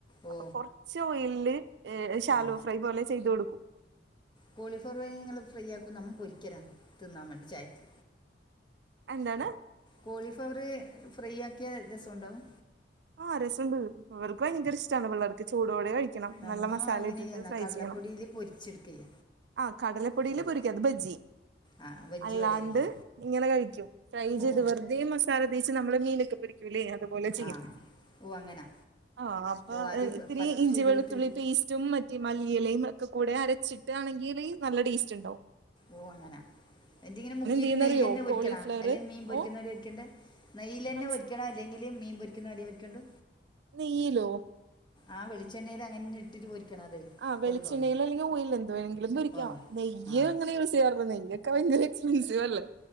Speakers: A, on the left (about 25°); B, on the right (about 65°).
A: ഓ
B: അപ്പൊ കൊർച്ച് ഓയിൽല്ല് ഈഹ് ശാലോ
A: ഉം.
B: ഫ്രൈ പോലെ ചെയ്ത് കൊടുക്കും
A: കോളിഫ്‌ളവർ വേങ്ങ്യ ങ്ങള് ഫ്രൈ ആക്കും നമ്മ പൊരിക്കലാ തിന്നാൻ മാണ്ടി ചായക്ക്
B: എന്താണ്
A: കോളിഫ്ലവർ ഫ്രൈ ആക്കിയാ രസോണ്ടാവും
B: ആഹ് രസണ്ട് ഇവർക്ക് വയങ്കര ഇഷ്ട്ടാണ് പിള്ളാർക്ക് ചൂടോടെ കഴി ക്കണം
A: നമ്മ
B: നല്ല മസാല
A: ഇങ്ങനെ
B: ഇട്ടിട്ട്
A: ചെയ്യുന്ന
B: ഫ്രൈ
A: കടലപ്പൊടിയിൽ
B: ചെയ്യണം
A: പൊരിച്ചെടുക്കുക
B: ആഹ് കടലപ്പൊടീല്
A: ചുള്ളു
B: പൊരിക്കത് ബജി
A: ആ വെജ്
B: അല്ലാണ്ട്
A: പോലെയാക്കിയ
B: ഇങ്ങനെ കഴിക്കും ഫ്രൈ ചെയ്ത്
A: ഓ
B: വെറു ഇതേ മസാല തേച്ച് നമ്മള് മീനൊക്കെ പൊരിക്കൂല്ലേ അതുപോലെ ചെയ്യും
A: ആ ഓ അങ്ങനെ
B: ആഹ് അപ്പ
A: ഓ ആദ്യം
B: ഇത്തിരി
A: പച്ചൂടുള്ളത്തിൽ
B: ഇഞ്ചി വെളുത്തുള്ളി പേസ് ചുമ്മറ്റി മല്ലിയെലയും ഒക്കെ കൂടെ അരച്ചിട്ടാണെങ്കില് നല്ല ടേസ്റ്റ്ണ്ടാവും
A: ഓഹ് അങ്ങന എന്തെങ്കിലും ഇങ്ങനെ മുക്കിറ്റ്
B: ചെയ്യുന്നറിയോ
A: നെയ്യ്ലെന്നെ പൊരിക്കണാ
B: കോളിഫ്ലവർ
A: അല്ലെ മീൻ പൊരിക്ക്ന്നൊലെയാ
B: ഓ
A: പൊരിക്കണ്ടേ നെയ്യിലെന്നെ
B: മൻസ്
A: പൊരിക്കണോ അല്ലെങ്കില് മീൻ പൊരിക്ക്ന്നെ പോലെപൊരിക്കണ്ടൂ
B: നെയ്യിലോ
A: ആഹ് വെളിച്ചെണ്ണേലങ്ങനെന്നെ ഇട്ടിട്ട് പൊരിക്കണ അത്
B: ആഹ് വെളിച്ചണ്ണയില്
A: കോളിഫ്ലവർ
B: അല്ലെങ്കി ഓയിൽല് എന്ത്‌ വേണെങ്കിലും പൊരിക്കാ
A: ഓ
B: നെയ്യ്
A: ആ
B: അങ്ങനെ യൂസ് ചെയ്യാറൊന്നുല്ല നെയ്യ് ക്ക ഭയങ്കര എക്സ്പൻസീവല്ലേ